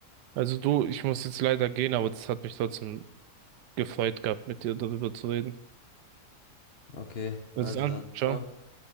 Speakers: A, on the right; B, on the left.
A: Also du, ich muss jetzt leider gehen, aber das hat mich trotzdem gefreut gehabt, mit dir darüber zu reden.
B: Okay,
A: Bis
B: also
A: dann,
B: dann.
A: ciao.
B: Ciao.